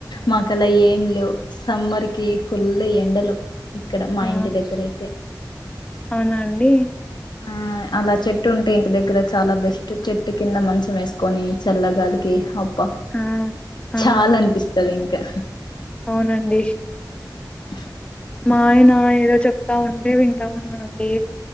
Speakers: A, on the left; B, on the left.
A: మాకు అలా ఏం లేవు సమ్మర్ కి కుల్ళ ఎండలు ఇక్కడ మా
B: ఆ
A: ఇంటి దగ్గర అయితే
B: అవునా అండి
A: ఆ అలా చెట్టు ఉంటే ఇంటి దగ్గర చాలా బెస్ట్ చెట్టు కింద మంచం వేసుకొని చల్లగాలికి అబ్బ
B: ఆ ఆ
A: చాలనిపిస్తది ఇంకా
B: అవునండి
A: <unintelligible>
B: మా ఆయన ఏదో చెప్తా ఉంటారు <unintelligible> ఇంతా ఉండి